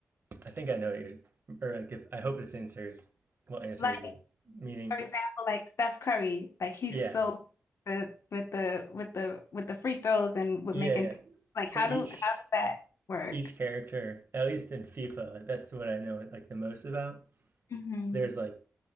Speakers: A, on the right; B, on the left.
A: I think I know what you're, or like if I hope this answers will answer
B: Like,
A: what you're meaning.
B: for example, like Steph Curry, like he's
A: Yeah.
B: so good with the with the with the free throws and with
A: Yeah.
B: making
A: yeah.
B: like
A: So
B: how
A: each
B: do how does that work?
A: each character, at least in FIFA, that's what I know like the most about.
B: hmm
A: There's like